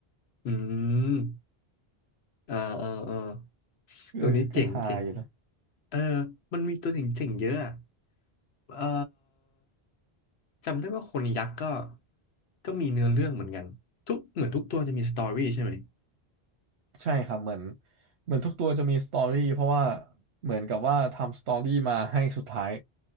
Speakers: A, on the left (about 75°); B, on the right (about 85°).
A: อืมอ่าอ่าอ่า
B: เออก็ฮาอยู่นะ
A: ตัวนี้เจ๋งเจ๋งเออมันมีตัวเจ๋งเจ๋งเยอะอะเออจำได้ว่าคนยักษ์ก็ก็มีเนื้อเรื่องเหมือนกันทุกเหมือนทุกตัวจะมีสตอรี่ใช่ไหม
B: ใช่ครับเหมือนเหมือนทุกตัวจะมีสตอรี่เพราะว่าเหมือนกับว่าทำสตอรี่มาให้สุดท้าย